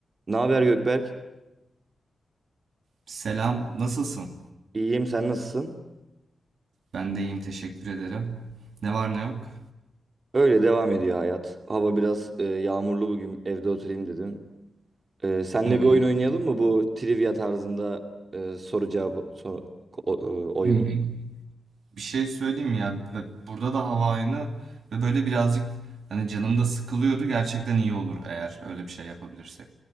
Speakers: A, on the right; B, on the right.
A: Ne haber Gökberk?
B: Selam, nasılsın?
A: İyiyim, sen nasılsın?
B: Ben de iyiyim, teşekkür ederim. Ne var ne yok?
A: Öyle devam ediyor hayat. Hava biraz e, yağmurlu bugün. Evde oturayım dedim. E, senle
B: Hı hı.
A: bir oyun oynayalım mı bu trivia tarzında e, soru cevap soru, o- e, oyunu?
B: Hı hı. Bir şey söyleyeyim mi ya, ve burada da hava aynı ve böyle birazcık hani canım da sıkılıyordu. Gerçekten iyi olur eğer öyle bir şey yapabilirsek.